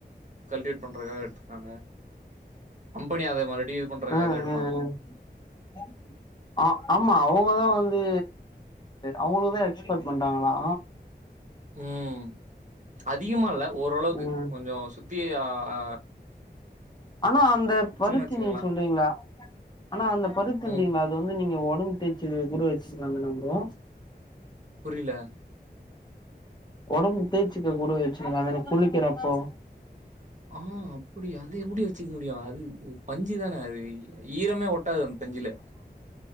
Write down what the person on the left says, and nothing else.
ஆ
ஆ <inaudible> ஆ ஆமா அவுங்கதா வந்து அவுங்களுக்குதா எக்ஸ்பட் பண்றாங்களா.
ம்
ஆனா அந்த பருத்தி
நீங்க சொல்றீங்ள ஆனா அந்த பருத்தின்றிங்கல
அ து வந்து நீங்க ஒடம்பு தேய்ச்சுகதுக் கூட வெச்சிக்கலாமல்ல ப்ரோ.
ஒடம்பு தேச்சிக்க கூடு வெச்சுக்களாந்தான குளிக்கிறப்போ?